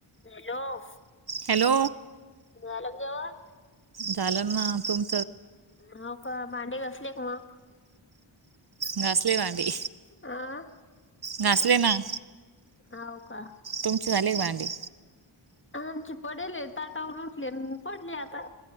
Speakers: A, on the left; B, on the right.
A: Hello
B: hello
A: झालं जेवण?
B: झालं ना तुम
A: हो का, भांडे घासले का मग?
B: घासले भांडी,
A: आ
B: घासले ना.
A: होव, का.
B: तुमची झाली का भांडी?
A: आमचे पडेले, ताटावरून उठले, न पडले आता.